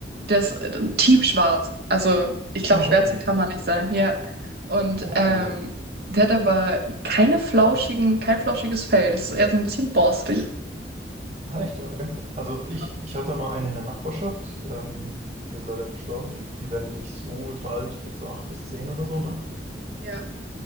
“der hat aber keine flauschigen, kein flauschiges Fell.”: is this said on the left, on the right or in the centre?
Right